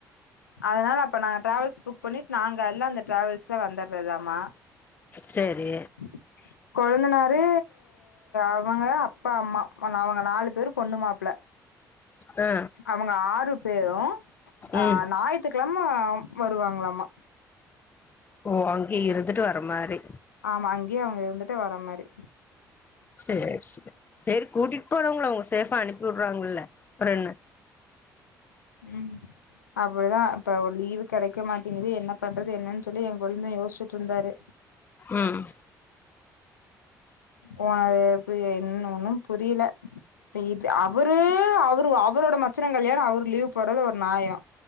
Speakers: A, on the left (about 80°); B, on the left (about 20°).
A: அதனால அப்ப நாங்க டிராவல்ஸ் புக் பண்ணிட் நாங்க எல்லா அந்த டிராவல்ஸ்ல வந்துட்றதாமா
B: செரி
A: <unintelligible> கொழுந்தனாரு அவங்க அப்பா அம்மா அவங்க நாலு பேரு பொண்ணு மாப்ள
B: ஆ
A: அவங்க ஆறு பேரு ஆ
B: ம்
A: ஞாயிறுத்துக்கிழம வருவாங்களாமா
B: ஓ அங்கே இருந்துட்டு வர மாரி
A: ஆமா அங்யே அவங்க இருந்துட்டு வர மாரி
B: சே சே சேரி கூட்டிட்டு போனவங்கள அவங்க சேரங்அனுப்பி விடுறாங்கல்ல அப்புறம்ன்ன
A: ம் அப்டிதா இப்ப ஒரு லீவு கெடைக்க மாட்டேங்குது என்ன பண்றது என்னன்னு சொல்லி என் கொழந்த யோசிச்சிட்டு இருந்தாரு
B: ம்
A: ஓ அது எப்டி என் ஒன்னு புரியல இப்ப இது அவரு அவரு அவரோட மச்சன கல்யாணோ அவரு லீவ் போடுறது ஒரு நயோ